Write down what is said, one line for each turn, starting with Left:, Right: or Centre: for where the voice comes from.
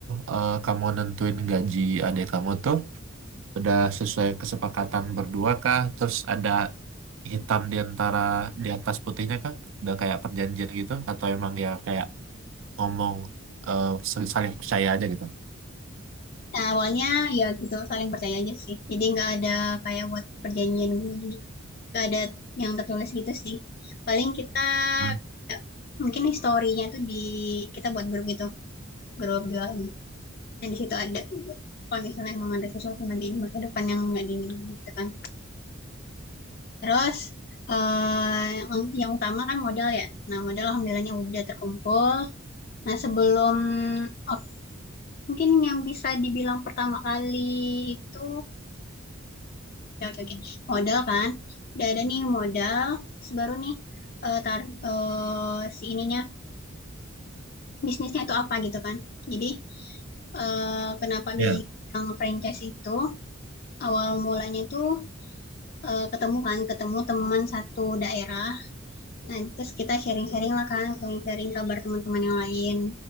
Right: eh, kamu nentuin gaji adik kamu tuh udah sesuai kesepakatan berdua kah? Terus ada hitam di antara di atas putihnya kah? Udah kayak perjanjian gitu? Atau emang ya kayak ngomong eh, sal- saling percaya aja gitu?
Left: nah awalnya ya gitu, saling percaya aja sih, jadi nggak ada kayak buat perjanjian gimana, nggak ada yang tertulis gitu sih. Paling kita,
Right: Hmm,
Left: ya, mungkin historinya tuh di kita buat grup gitu. gerobak nah di situ ada juga kalau misalnya emang ada sesuatu nanti di masa depan yang nggak diinginkan gitu kan terus eh yang utama kan modal ya nah modal alhamdulillahnya udah terkumpul nah sebelum oh, mungkin yang bisa dibilang pertama kali itu oke oke oke. modal kan udah ada nih modal terus baru nih eh tar eh, si ininya bisnisnya itu apa gitu kan jadi eh, kenapa
Right: Iya.
Left: milih yang franchise itu awal mulanya itu eh, ketemu kan, ketemu teman satu daerah. Nah, terus kita sharing-sharing lah kan, sharing-sharing kabar teman-teman yang lain.